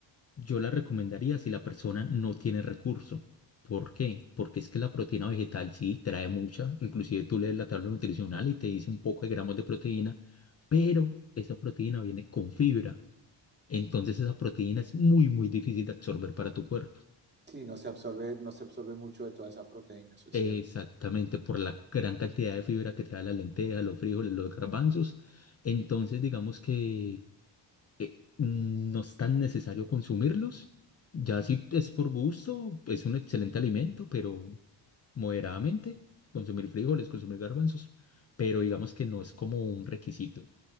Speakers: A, on the left; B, on the right.
A: yo la recomendaría si la persona no tiene recurso. ¿Por qué? Porque es que la proteína vegetal sí trae mucha, inclusive tú lees la tabla nutricional y te dice un poco de gramos de proteína, pero esa proteína viene con fibra. Entonces esa proteína es muy, muy difícil de absorber para tu cuerpo.
B: Sí, no se absorbe, no se absorbe mucho de toda esa proteína, eso es
A: Exactamente,
B: cierto.
A: por la gran cantidad de fibra que trae las lentejas, los frijoles, los garbanzos. Entonces, digamos que eh, no es tan necesario consumirlos. Ya si es por gusto, es un excelente alimento, pero moderadamente, consumir frijoles, consumir garbanzos, pero digamos que no es como un requisito.